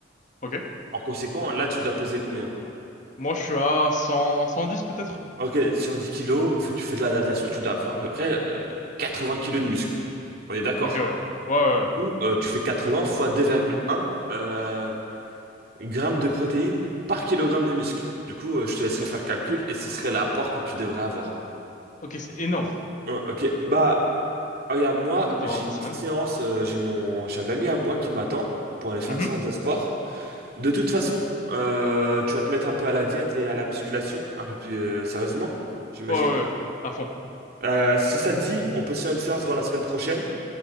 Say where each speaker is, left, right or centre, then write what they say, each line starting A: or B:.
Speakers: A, on the left; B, on the right.
A: ok.
B: En conséquent, là, tu dois peser combien?
A: Moi, je suis à cent cent dix peut-être?
B: Ok, sur 10 kilos, vu que tu fais de la natation, tu dois avoir à peu près euh, vingts kilos de muscle. On est d'accord.
A: Ok, ouais. Ouais,
B: Du
A: ouais.
B: coup, euh, tu fais 80 fois deux virgule un euh, grammes de protéines par kilogramme de muscle. Du coup, euh, je te laisserai faire le calcul
A: D'accord.
B: et ce serait l'apport que tu devrais avoir.
A: Ok, c'est énorme.
B: Oh, ok, bah, regarde,
A: Je vais
B: moi,
A: peut-être devoir
B: j'ai
A: le
B: une
A: bosser
B: petite
A: maintenant.
B: séance, euh, j'ai mon, j'ai un ami à moi qui m'attend pour aller faire
A: hein.
B: une
A: Mhm.
B: séance de sport. De toute façon, euh, tu vas te mettre un peu à la diète et à la musculation, un peu plus euh, sérieusement, j'imagine.
A: Ouais, ouais, ouais. À fond.
B: Euh, si ça te dit, on peut se faire une séance dans la semaine prochaine,